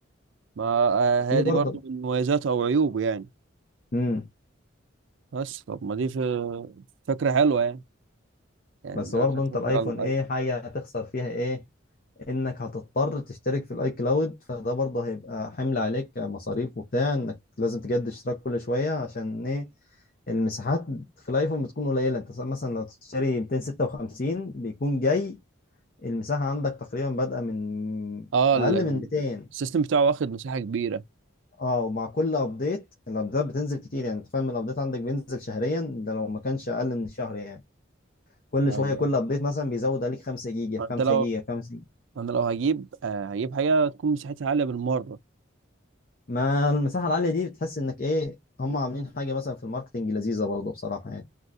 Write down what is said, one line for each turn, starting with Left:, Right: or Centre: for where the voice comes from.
Right: ما آه،
Left: وفي
Right: هي
Left: برضه
Right: دي برضو من مميزاته او عيوبه يعني
Left: امم
Right: بس طب ما دي في- فكره حلوه يعني يعني
Left: بس
Right: انا
Left: برضه
Right: خدت
Left: انت
Right: فكره
Left: الايفون
Right: على الايفون
Left: ايه حاجه هتخسر فيها ايه انك هتضطر تشترك في الاي كلاود فده برضه هيبقى حمل عليك مصاريف وبتاع انك لازم تجدد اشتراك كل شويه عشان ايه المساحات في الايفون بتكون قليله انت مثلا لو تشتري 256 بيكون جاي المساحه عندك تقريبا بادئه من
Right: اه
Left: اقل
Right: ال- ال-
Left: من 200
Right: السيستم بتاعه واخد مساحه كبيره
Left: اه ومع كل ابديت الابديتات بتنزل كتير يعني انت فاهم الابديت عندك بينزل شهريا ده لو ما كانش اقل من الشهر يعني كل
Right: ايوه
Left: شويه كل ابديت مثلا بيزود عليك 5 جيجا
Right: فانت
Left: في 5
Right: لو
Left: جيجا في 5 جيجا
Right: انا لو هجيب آه هجيب حاجه تكون مساحتها عاليه بالمره
Left: ما المساحه العاليه دي بتحس انك ايه هم عاملين حاجه مثلا في الماركتنج لذيذه برضه بصراحه يعني